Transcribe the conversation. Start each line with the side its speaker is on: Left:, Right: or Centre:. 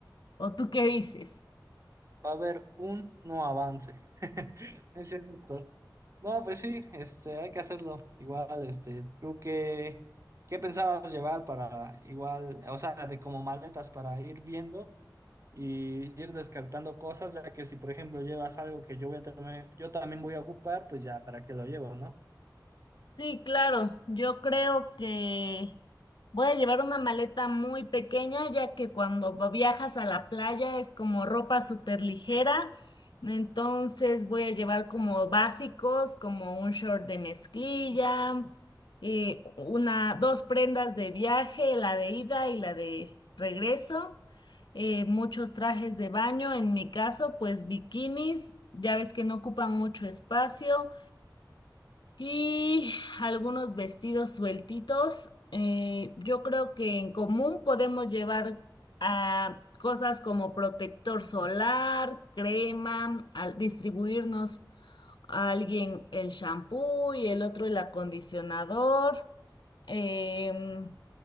Left: ¿O tú qué dices?
Right: Va a haber un no avance. Es cierto. No, pues sí, este, hay que hacerlo. Igual, este, ¿tú qué, qué pensabas llevar para igual, o sea, de como maletas para ir viendo y ir descartando cosas, ya que si por ejemplo llevas algo que yo voy a también, yo también voy a ocupar, pues ya, ¿para qué lo llevo, no?
Left: Sí, claro, yo creo que voy a llevar una maleta muy pequeña, ya que cuando viajas a la playa es como ropa súper ligera, entonces voy a llevar como básicos, como un short de mezclilla, eh, una, dos prendas de viaje, la de ida y la de regreso, eh, muchos trajes de baño, en mi caso, pues bikinis, ya ves que no ocupan mucho espacio. Y algunos vestidos sueltitos. Eh, yo creo que en común podemos llevar a cosas como protector solar, crema, al distribuirnos a alguien el shampoo y el otro el acondicionador. Em,